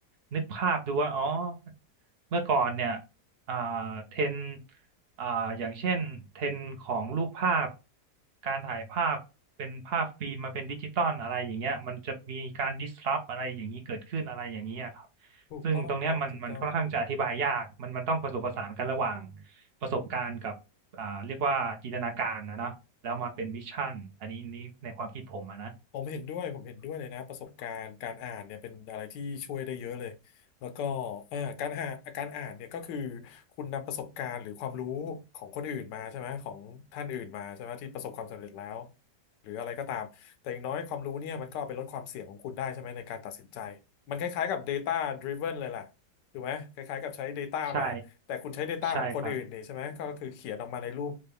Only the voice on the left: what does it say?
ถูกต้องครับ
ถูกต้อง
ผมเห็นด้วย ผมเห็นด้วยเลยนะประสบการณ์การอ่านเนี่ยเป็นอะไรที่ช่วยได้เยอะเลยแล้วก็เอ่อการหาการอ่านเนี่ยก็คือคุณนำประสบการณ์หรือความรู้ของคนอื่นมาใช่ไหมของท่านอื่นมาใช่ไหมที่ประสบความสำเร็จแล้วหรืออะไรก็ตามแต่อย่างน้อยความรู้เนี่ยมันก็เอาไปลดความเสี่ยงของคุณได้ใช่ไหมในการตัดสินใจมันคล้ายๆกับ Data Driven เลยแหละถูกไหมคล้ายๆกับใช้ Data
มาแต่คุณใช้ Data
ของคนอื่นนี่ใช่ไหมก็คือเขียนออกมาในรูป